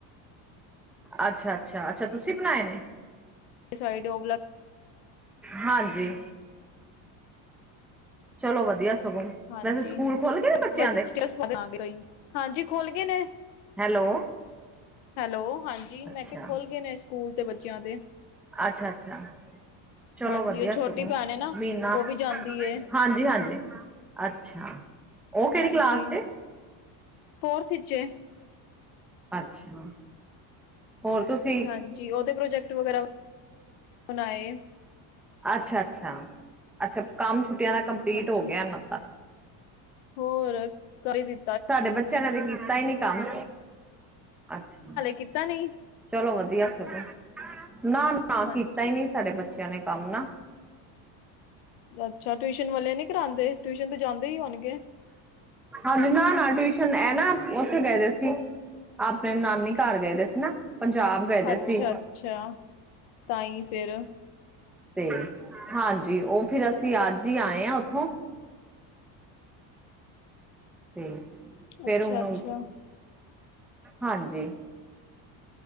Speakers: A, in the centre; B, on the left (about 80°).
A: ਅੱਛਾ ਅੱਛਾ ਅੱਛਾ ਤੁਸੀਂ ਬਨਾਏ ਨੇ।
B: ਸਡ ਗਲਾ <unintelligible>
A: ਹਾਂਜੀ। ਚਲੋ ਵਧੀਆ ਸਗੋਂ
B: ਹਾਂਜੀ
A: ਵੈਸੇ ਸਕੂਲ ਖੁੱਲ ਗਏ ਨੇ ਬੱਚਿਆਂ
B: ਪਤਾ
A: ਦੇ
B: ਹਾਂਜੀ ਖੋਲ ਗਏ ਨੇ। <unintelligible>
A: ਹੈਲੋ।
B: ਹੈਲੋ ਹਾਂਜੀ
A: ਅੱਛਾ
B: ਮੈਂ ਕਿਆ ਖੁਲ੍ਹ ਗਏ ਨੇ ਸਕੂਲ ਤੇ ਬੱਚਿਆਂ ਦੇ।
A: ਅੱਛਾ ਅੱਛਾ ਚਲੋ
B: ਹਾਂਜੀ
A: ਵਧੀਆ
B: ਉਹ ਛੋਟੀ
A: ਸਗੋਂ
B: ਭੈਣ ਏ ਨਾ
A: ਮਿਨਾ
B: ਉਹ ਵੀ ਜਾਂਦੀ ਏ
A: ਹਾਂਜੀ ਹਾਂਜੀ। ਅੱਛਾ ਉਹ ਕਿਹੜੀ
B: ਹਾਂਜੀ
A: ਕਲਾਸ ਚ ਏ।
B: ਫੋਰਥ ਇਚ ਏ।
A: ਅੱਛਾ। ਹੋਰ ਤੁਸੀਂ
B: ਹਾਂਜੀ ਉਹਦੇ ਪ੍ਰੋਜੈਕਟ ਵਗੈਰਾ ਬਨਾਏ
A: ਅੱਛਾ ਅੱਛਾ ਅੱਛਾ ਕੰਮ ਛੁੱਟੀਆਂ ਦਾ ਕੰਪਲੀਟ
B: ਹਾਂਜੀ
A: ਹੋ ਗਿਆ ਇਹਨਾਂ ਦਾ।
B: ਹੋਰ ਕਰ ਈ ਦਿੱ।
A: ਸਾਡੇ ਬੱਚਿਆਂ ਨੇ ਤੇ ਕੀਤਾ ਈ ਨੀ ਕੰਮ ਅੱਛਾ।
B: ਕੀਤਾ ਨਹੀਂ।
A: ਚਲੋ ਵਧੀਆ ਸਗੋਂ ਨਾ ਨਾ
B: ਹਾਂਜੀ
A: ਕੀਤਾ ਈ ਨਹੀਂ ਸਾਡੇ ਬੱਚੇ ਜਾਣੇ ਕੰਮ ਨਾ।।
B: ਅੱਛਾ ਟਿਊਸ਼ਨ ਵਾਲੇ ਨੀ ਕਰਾਂਦੇ ਟਿਊਸ਼ਨ ਤੇ ਜਾਂਦੇ ਹੀ ਹੋਨਗੇ।
A: ਅੱਜ ਨਾ ਨਾ ਟਿਊਸ਼ਨ ਏ ਨਾ ਉੱਥੇ ਗਏ ਦੇ ਸੀ। ਅਪਨੇ ਨਾਨੀ ਘਰ ਗਏ ਦੇ ਸੀ ਨਾ। ਪੰਜਾਬ ਗਏ। ਦੇ
B: ਅੱਛਾ
A: ਸੀ
B: ਅੱਛਾ ਤਾਂ ਹੀ ਫੇਰ
A: ਤੇ ਹਾਂਜੀ ਉਹ ਫਿਰ ਅਸੀਂ ਅੱਜ ਈ ਆਏ ਹਾਂ ਉੱਥੋਂ
B: ਹ। <unintelligible>
A: ਤੇ ਫੇਰ
B: ਅੱਛਾ
A: ਉਹਨੂੰ
B: ਅੱਛਾ
A: ਹਾਂਜੀ।